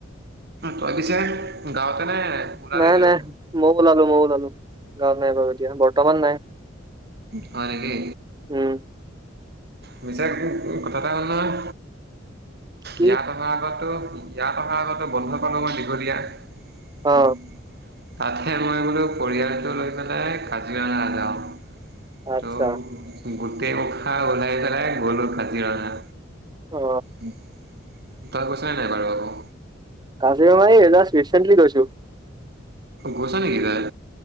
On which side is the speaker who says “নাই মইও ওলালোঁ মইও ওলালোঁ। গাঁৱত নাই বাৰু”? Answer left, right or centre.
Right